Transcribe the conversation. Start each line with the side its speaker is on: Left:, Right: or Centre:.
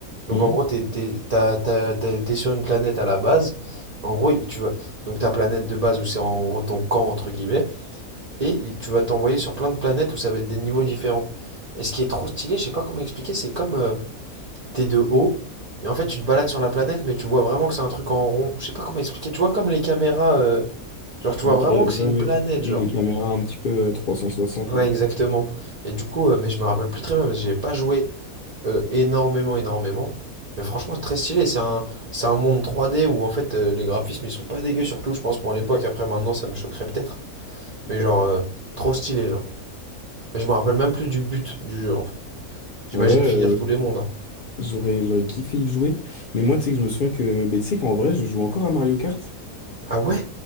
Right: Donc
Left: Hmm
Right: en gros, t'es, t'es- t'as- t'as- t'es- t'es sur une planète à la base. En gros, tu vas donc ta planète de base où c'est en gros ton camp entre guillemets, et il- tu vas t'envoyer sur plein de planètes où ça va être des niveaux différents. Et ce qui est trop stylé, je sais pas comment expliquer, c'est comme euh, t'es de haut et en fait tu te balades sur la planète, mais tu vois vraiment que c'est un truc en rond. Je sais pas comment expliquer. Tu vois comme les caméras, euh, genre tu vois
Left: Ok,
Right: vraiment
Left: ouais,
Right: que
Left: ouais.
Right: c'est une planète,
Left: Oui,
Right: genre.
Left: les caméras un petit peu euh, 360
Right: Ouais,
Left: là.
Right: exactement. Et du coup, euh, mais je me rappelle plus très bien, parce que j'ai pas joué euh, énormément, énormément. Mais franchement, très stylé. C'est un, c'est un monde 3D où en fait euh, les graphismes ils sont pas dégueux, surtout je pense pour l'époque. Après, maintenant, ça me choquerait peut-être. Mais genre, euh, trop stylé, genre. Mais je me rappelle même plus du but du jeu en fait. J'imagine
Left: En vrai,
Right: finir tous les mondes. hein.
Left: J'aurais, j'aurais kiffé y jouer. Mais moi, tu sais que je me souviens que, ben, tu sais qu'en vrai, je joue encore à Mario Kart.
Right: Ah ouais?